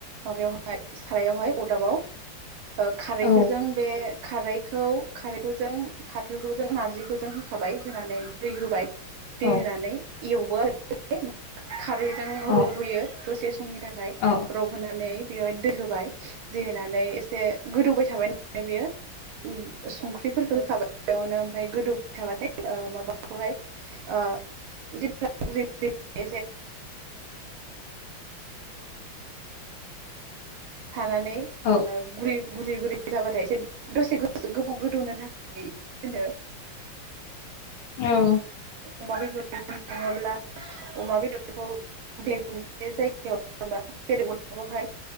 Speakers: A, on the right; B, on the left.
A: माबायावहाय सारायावहाय अरदाबाव खारैखो
B: औ
A: जों बे खारैखौ खारैखौ जों फाथोखौ जों नार्जिखौ जों होखाबाय होनानै दै होबाय
B: औ
A: दै होनानै एवबो आरो खारै जों
B: औ
A: रबहोयो दसे समनि थाखाय
B: औ
A: रबहोनानै बेवाय दै होबाय दै होनानै एसे गोदौबाय थाबाय होननानै बेयो संख्रिफोरफोरखो होखाबाय बेयावनो ओमफ्राय गोदौबाय थाबाथाय माबाखौहाय ओ <unintelligible> <unintelligible> सानानै
B: औ
A: गुरै गुरै गुरै जाबाथाय एसे दसे गोबाव गोदौनो थाखाय दोनो
B: औ
A: अमा बेदर सङोब्ला अमा बेदरखौ बे मोनसे जायगायाव जेनबा बेलेग अदाबावहाय